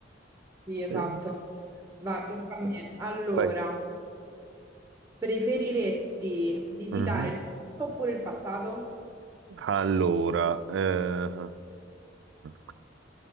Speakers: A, on the right; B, on the right.
A: Sì, esatto.
B: Eh.
A: Vai, tocca a me. Allora,
B: <laughs> Vai.
A: preferiresti visitare
B: Mhm.
A: il futuro oppure il passato?
B: Allora, eh, <laughs>